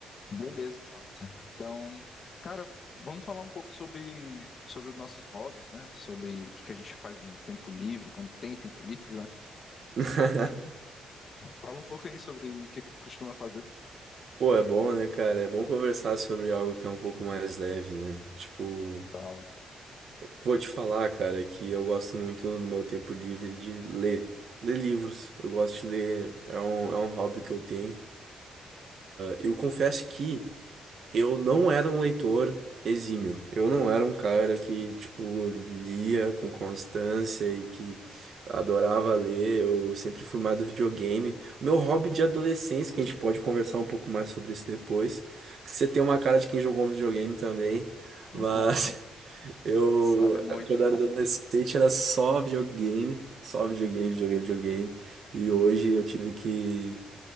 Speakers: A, on the left; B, on the right.
A: Beleza, Jonathan. Então, cara, vamos falar um pouco sobre, sobre os nossos hobbies, né? Sobre o que que a gente faz no tempo livre, quando tem tempo livre, né?
B: <laughs>
A: Fala um pouco aí sobre o que que costuma fazer.
B: Pô, é bom, né, cara? É bom conversar sobre algo que é um pouco mais leve, né? Tipo,
A: Salve.
B: vou te falar, cara, que eu gosto muito no meu tempo livre de ler. Ler livros. Eu gosto de ler, é um, é um hobby que eu tenho. Eu confesso que Eu não era um leitor exímio. Eu não era um cara que, tipo, lia com constância e que adorava ler. Eu sempre fui mais do videogame. Meu hobby de adolescência, que a gente pode conversar um pouco mais sobre isso depois. que Você tem uma cara de quem jogou um videogame também. Mas
A: Ah,
B: <laughs> eu,
A: Sabe muito.
B: quando eu era adolescente, era só videogame. Só videogame, videogame, videogame. E hoje eu tive que.